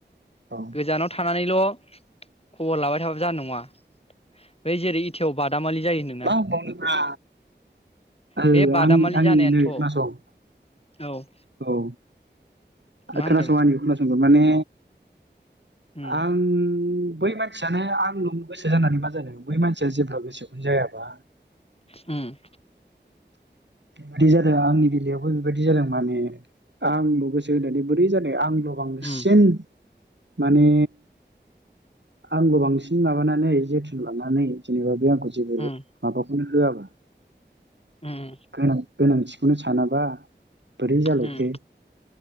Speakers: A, on the right (about 75°); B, on the left (about 30°).
A: औ
B: गोजानाव थानानैल' खबर लाबाय थाबा जानाय नङा। बै जेरै इथायाव बादामालि जायो नो
A: मा होनबावनो ब्रा ओ
B: बे बादामालि
A: आंनि आंनि
B: जानायानोथ'
A: नै खोनासं
B: औ
A: औ
B: मा होनदों
A: खोनासंं आंनिखौ खोनासंग्रो माने
B: उम
A: आं बै मानसियानो आंल' गोसो जानानै मा जानो? बै मानसिया जेब्ला गोसोखौनो जायाबा।
B: उम
A: बिदि जादो आंनि बेलायावबो बेबायदि जादों माने, आंल' गोसो होनानै बोरै जानो? आं ल' बांसिन
B: उम
A: माने आंल' बांसिन माबानानै जोथोन लानानै जेनेबा बे आंखौ जेबो
B: उम
A: माबाखौनो होआबा
B: उम
A: गोनां गोनांथिखौनो सानाबा बोरै जालायखो?
B: उम उम